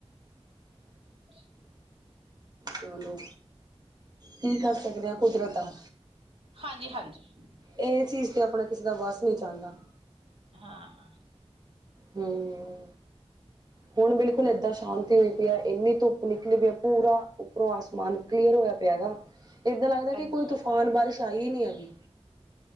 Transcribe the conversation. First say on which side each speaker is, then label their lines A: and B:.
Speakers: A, on the right; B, on the right.
A: ਅ।
B: ਚਲੋ। ਕੀ ਕਰ ਸਕਦੇ ਆ ਕੁਦਰਤ ਆ।
A: ਹਾਂਜੀ-ਹਾਂਜੀ।
B: ਇਹ ਚੀਜ਼ ਤੇ ਆਪਣਾ ਕਿਸੇ ਦਾ ਵਸ ਨਹੀਂ ਚਲਦਾ।
A: ਹਾਂ
B: ਹੂੰ ਹੁਣ ਬਿਲਕੁਲ ਏਦਾਂ ਸ਼ਾਂਤੀ ਹੋਈ। ਇੰਨੀ ਧੁੱਪ ਨਿਕਲੀ ਪਈ ਆ ਪੂਰਾ ਉੱਪਰੋਂ ਆਸਮਾਨ ਕਲੀਅਰ ਹੋਇਆ ਪਿਆ ਗਾ। ਏਦਾਂ ਲੱਗਦਾ ਕਿ
A: ਅੱਛਾ
B: ਕੋਈ ਤੂਫਾਨ ਬਾਰਿਸ਼ ਚਾਹੀ ਨਹੀਂ ਹੈਗੀ।